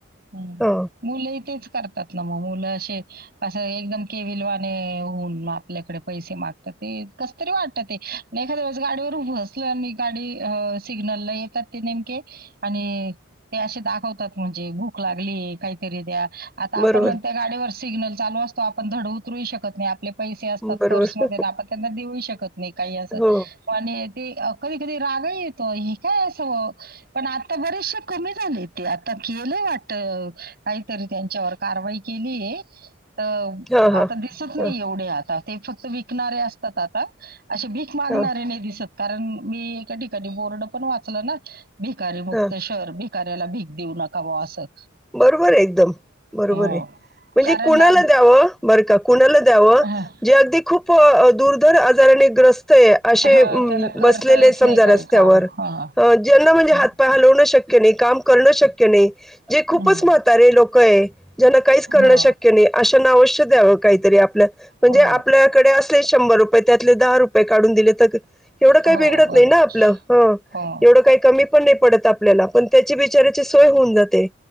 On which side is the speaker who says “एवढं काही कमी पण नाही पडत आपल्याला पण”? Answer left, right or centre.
Centre